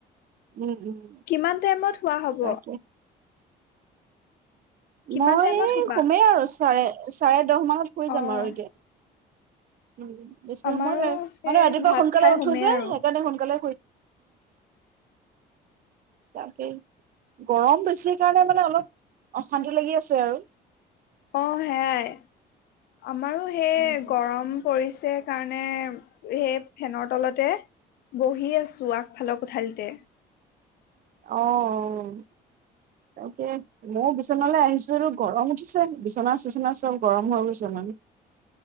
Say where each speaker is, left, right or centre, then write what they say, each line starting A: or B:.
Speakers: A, on the right; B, on the left.
A: উম উম
B: কিমান টাইমত শুৱা হব
A: তাকে
B: কিমান
A: মই
B: টাইমত শুবা?
A: শুমেই আৰু চাৰে চাৰে দহ মাহত শুই
B: অ',
A: যাম আৰু এতিয়া উম। বেছি
B: আমাৰো
A: সময় হয়
B: সেই
A: মানে ৰাতিপুৱা
B: ভাত
A: সোনকালে
B: খাই
A: উঠো
B: শুমেই
A: যে
B: আৰু
A: সেইকাৰণে সোনকালে তাকেই। গৰম বেছি কাৰণে মানে অলপ অশান্তি লাগি আছে আৰু
B: অ---হ হেৱাই আমাৰো সেই
A: উম
B: গৰম পৰি সেইকাৰণে সেই ফেনৰ তলতে বহি আছো আগফালৰ কোঠালিতে
A: অ' -অ' তাকে মইয়ো বিচনালৈ আহিছো এই গৰম উঠিছে বিচনা চিচনা চব গৰম হৈ গৈছে মানে